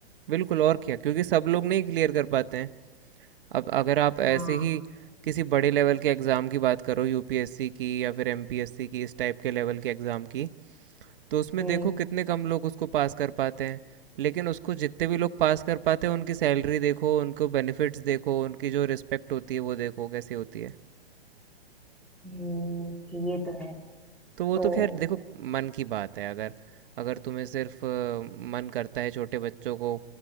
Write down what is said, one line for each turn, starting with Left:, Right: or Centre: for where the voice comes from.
Right: बिल्कुल और क्या क्योंकि सब लोग नहीं क्लियर कर पाते हैं अब अगर आप ऐसे
Centre: हाँ
Right: ही किसी बड़े लेवल के एग्ज़ाम की बात करो यूपीएससी की या फिर एमपीएससी की इस टाइप के लेवल के एग्ज़ाम की तो उसमें
Centre: हम्म
Right: देखो कितने कम लोग उसको पास कर पाते हैं लेकिन उसको जितने भी लोग पास कर पाते हैं उनकी सैलरी देखो उनको बेनिफिट्स देखो उनकी जो रिस्पेक्ट होती है वो देखो कैसी होती है
Centre: हम्म, ये तो है
Right: तो वो
Centre: तो
Right: तो खैर देखो मन की बात है अगर अगर तुम्हें सिर्फ अ, मन करता है छोटे बच्चों को